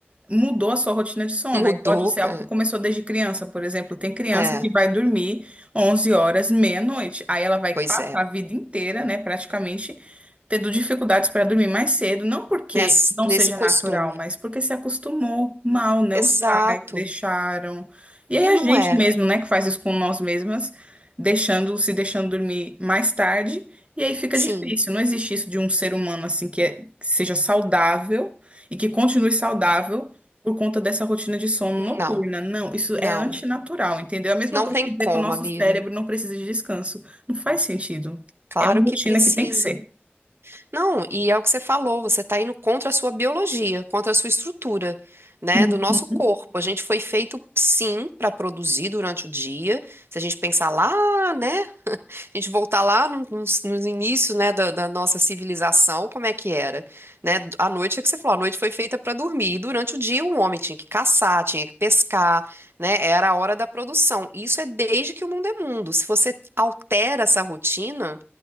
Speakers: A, on the right; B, on the right.
A: mudou a sua rotina de sono.
B: Mudou.
A: Aí pode ser algo
B: É,
A: que começou desde criança, por exemplo. Tem criança
B: é,
A: que vai dormir 11 horas, meia-noite. Aí ela vai
B: pois
A: passar
B: é.
A: a vida inteira, né, praticamente, tendo dificuldades para dormir mais cedo. Não porque
B: Nesse,
A: não
B: nesse
A: seja
B: costume.
A: natural, mas porque se acostumou mal, né?
B: Exato.
A: Os pais deixaram. E aí
B: E
A: a
B: não
A: gente
B: é.
A: mesmo, né, que faz isso com nós mesmas, deixando, se deixando dormir mais tarde. E aí fica
B: Sim,
A: difícil, não existe isso de um ser humano assim que, é- que seja saudável e que continue saudável por conta dessa rotina de sono noturna.
B: não,
A: Não, isso
B: não.
A: é antinatural, entendeu? É a mesma
B: Não
A: coisa
B: tem
A: que dizer
B: como,
A: que o nosso
B: amiga.
A: cérebro não precisa de descanso. Não faz sentido.
B: Claro
A: É uma
B: que
A: rotina
B: precisa.
A: que tem que ser.
B: Não, e é o que você falou, você está indo contra a sua biologia, contra a sua estrutura, né,
A: Uhum.
B: do nosso corpo. A gente foi feito, sim, para produzir durante o dia. Se a gente pensar lá, né, a gente voltar lá no- nos, nos inícios, né, da, da nossa civilização, como é que era, né? A noite é que você falou, a noite foi feita para dormir. E durante o dia o homem tinha que caçar, tinha que pescar, né? Era a hora da produção. Isso é desde que o mundo é mundo. Se você altera essa rotina,